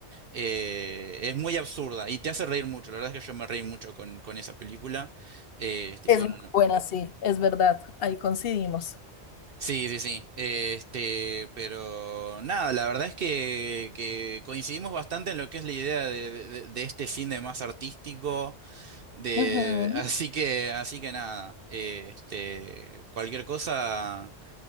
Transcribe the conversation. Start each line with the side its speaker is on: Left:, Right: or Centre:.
Right: eh, es muy absurda y te hace reír mucho. La verdad es que yo me reí mucho con, con esa película. Eh, este,
Left: Es
Right: y bueno,
Left: muy
Right: no.
Left: buena, sí, es verdad. Ahí coincidimos.
Right: Sí, sí, sí. Este, pero nada, la verdad es que, que coincidimos bastante en lo que es la idea de, de- de este cine más artístico, de,
Left: Ujú.
Right: <laughs> así que, así que nada, eh, este, cualquier cosa,